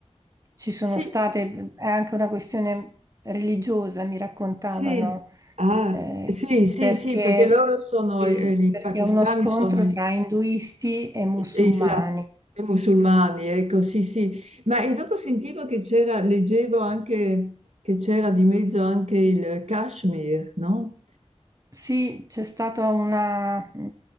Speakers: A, on the right; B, on the right.
A: ci sono
B: Sì,
A: state, è anche una questione religiosa, mi raccontavano
B: sì, ah,
A: eh,
B: sì, sì,
A: perché,
B: sì, perché loro sono,
A: sì,
B: eh, i
A: perché
B: pakistani
A: è uno scontro
B: sono,
A: tra induisti e musulmani.
B: e isla- e musulmani, ecco, sì, sì. Ma e dopo sentivo che c'era, leggevo anche che c'era di mezzo anche il Kashmir, no?
A: Sì, c'è stata una...